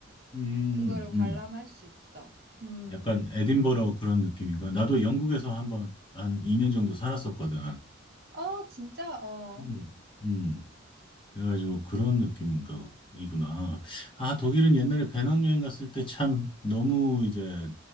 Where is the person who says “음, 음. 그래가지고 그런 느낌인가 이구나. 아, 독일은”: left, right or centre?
Left